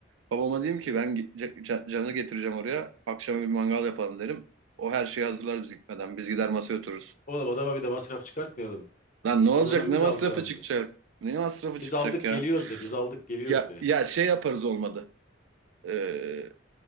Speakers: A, on the right (about 85°); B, on the left (about 45°).
A: Babama diyeyim ki ben ge- ca- ca- canı getireceğim oraya. Akşama bir mangal yapalım derim. O her şeyi hazırlar biz gitmeden. Biz gider masaya otururuz.
B: Oğlum adama bir de masraf çıkartmayalım.
A: Lan ne olacak?
B: Alalım
A: Ne
B: biz
A: masrafı
B: alacağımızı.
A: çıkacak? Ne masrafı
B: Biz
A: çıkacak
B: aldık
A: ya?
B: geliyoruz de biz aldık geliyoruz
A: Ya
B: de.
A: ya şey yaparız olmadı. Ee,